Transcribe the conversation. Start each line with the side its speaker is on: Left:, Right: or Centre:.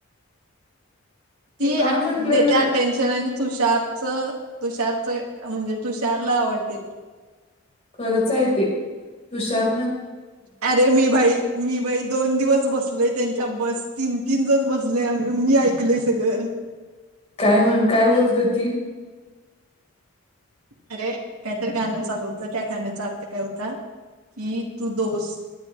Right: ती
Left: हे काय
Right: आणि
Left: म्हणलंय
Right: देत्या टेन्शन आणि तुषारचं तुषारचं म्हणजे तुषारला आवडत्या ती.
Left: खरंच आहे ते. तुषारनं
Right: अरे मी भाई मी भाई दोन दिवस बसलोय. त्यांच्या बस तीन तीन जण बसलेम मी ऐक -- कलय सगळं.
Left: काय म्हणून, काय बोलत होती?
Right: अरे काय तरी गाणं चालू होतं. त्या गाण्याचा अर्थ काय होता, की तू दोस्त,